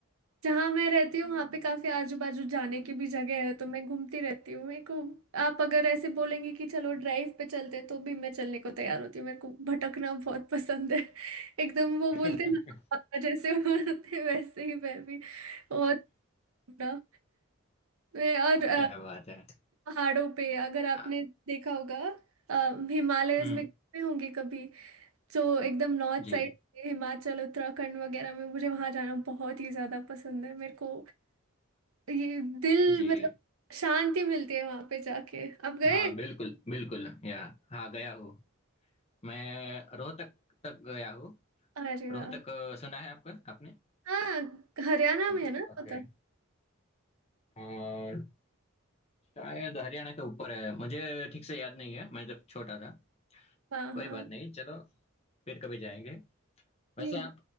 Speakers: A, on the right; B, on the left.
A: जहाँ मैं रहती हूँ वहाँ पे काफी आजू बाजू जाने की भी जगह है तो मैं घूमती रहती हूँ मेरे को आप अगर ऐसे बोलेंगे कि चलो ड्राइव पे चलते तो भी मैं चलने को तैयार होती हूँ मेरे को भटकना बहुत पसंद है <laughs> एकदम वो
B: <laughs>
A: बोलते हैं ना पापा जैसे <laughs> बोलते हैं, वैसे ही मैं भी बहुत घूमना मैं और
B: क्या बात है
A: पहाड़ों पे अगर आपने
B: आ,
A: देखा होगा अ, हिमालयस
B: हम्म
A: में गए होंगे कभी जो एकदम नॉर्थ
B: जी
A: साइड हिमाचल उत्तराखंड वगैरह में मुझे वहां जाना बहुत ही ज्यादा पसंद है मेरे को ये दिल
B: जी
A: मतलब शांति मिलती है वहां पे जाके अब गए
B: हाँ बिल्कुल बिल्कुल या हाँ गया हूँ मैं रोहतक तक गया हूँ
A: अरे
B: रोहतक
A: वाह
B: अ, सुना है आपका आपने
A: हाँ हरियाणा
B: जी
A: में है ना रोहतक
B: ओके और शायद हरियाणा के ऊपर है मुझे ठीक से याद नहीं है मैं जब छोटा था
A: हाँ
B: कोई
A: हाँ
B: बात नहीं चलो फिर कभी जाएंगे
A: जी
B: वैसे आप